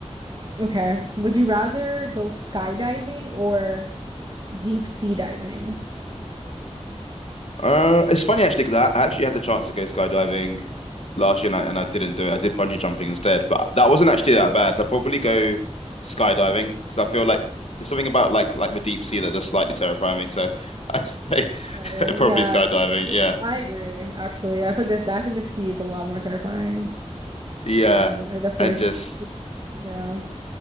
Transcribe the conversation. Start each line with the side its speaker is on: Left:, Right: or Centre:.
Right: Okay. Would you rather go skydiving or deep sea diving?
Left: Uh, it's funny actually because I I actually had the chance to go skydiving last year and I, and I didn't do it. I did bungee jumping instead, but that wasn't actually that bad. I'd probably go skydiving because I feel like there's something about like like the deep sea that does slightly terrify me. So I'd say
Right: Not
Left: <laughs>
Right: Really?
Left: probably
Right: Yeah,
Left: skydiving. Yeah,
Right: I agree, actually. I think that I think the sea is a lot more terrifying.
Left: yeah,
Right: Um, I definitely
Left: and just
Right: it's yeah.